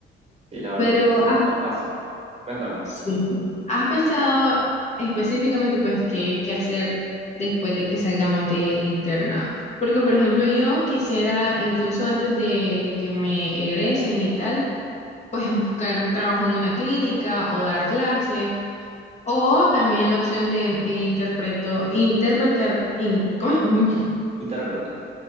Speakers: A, on the right; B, on the left.
A: Sí, la verdad
B: Pero
A: es que sí,
B: ah,
A: o sea, pasa. Cuéntame,
B: sí. ¿Has pensado específicamente pues qué, qué hacer después de que salgamos del internado? Porque por ejemplo yo quisiera incluso antes de, de que me egresen y tal, pues buscar un trabajo en una clínica o dar clases. O también la opción de interpreto, interpretar, in- ¿cómo es? <laughs>
A: intérprete,